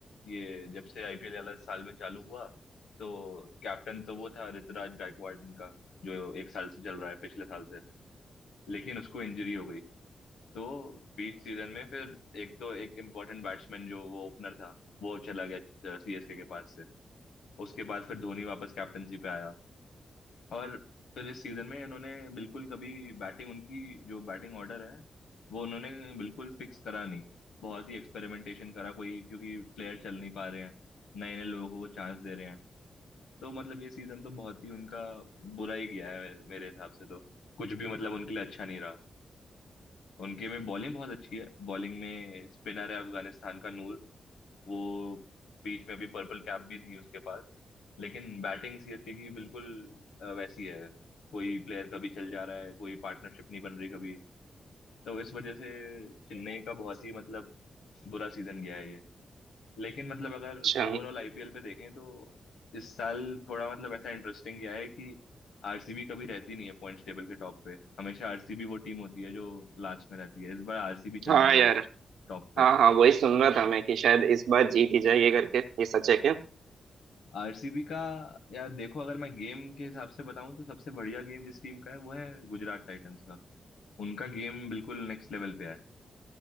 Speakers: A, on the left; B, on the right.
A: ये जब से आईपीएल वाला साल में चालू हुआ तो कैप्टन तो वो था ऋतुराज गायकवाड़ इनका जो एक साल से चल रहा है पिछले साल से लेकिन उसको इंजरी हो गई तो बीच सीजन में फिर एक तो एक इम्पोर्टेंट बैट्समैन जो वो ओपनर था वो चला गया सीएसके के पास से उसके बाद फिर धोनी वापस कैप्टनसी पे आया और फिर इस सीजन में इन्होंने बिल्कुल कभी बैटिंग उनकी जो बैटिंग ऑर्डर है वो उन्होंने बिल्कुल फिक्स करा नहीं बहुत ही एक्सपेरिमेंटेशन करा कोई क्योंकि प्लेयर चल नहीं पा रहे हैं नए नए लोगों को वो चांस दे रहे हैं तो मतलब ये सीजन तो बहुत ही उनका बुरा ही गया है मेरे हिसाब से तो कुछ भी मतलब उनके लिए अच्छा नहीं रहा उनके में बॉलिंग बहुत अच्छी है बॉलिंग में स्पिनर है अफगानिस्तान का नूर वो बीच में अभी पर्पल कैप भी थी उसके पास लेकिन बैटिंग सीएसके की बिल्कुल अ, वैसी है कोई प्लेयर कभी चल जा रहा है कोई पार्टनरशिप नहीं बन रही कभी तो इस वजह से चेन्नई का बहुत ही मतलब बुरा सीजन गया है ये लेकिन मतलब अगर
B: अच्छा
A: ओवरऑल आईपीएल पे देखें तो इस साल थोड़ा मतलब ऐसा इंटरेस्टिंग गया है कि आरसीबी कभी रहती नहीं है पॉइंट्स टेबल के टॉप पे हमेशा आरसीबी वो टीम होती है जो लास्ट में रहती है इस बार आरसीबी चल
B: हाँ
A: रही है
B: यार
A: टॉप पे।
B: हाँ हाँ वही सुन रहा था मैं कि शायद इस बार जीत ही जाएगी करके ये सच है क्या
A: आरसीबी का यार देखो अगर मैं गेम के हिसाब से बताऊं तो सबसे बढ़िया गेम जिस टीम का है वो है गुजरात टाइटंस का उनका गेम बिल्कुल नेक्स्ट लेवल पे है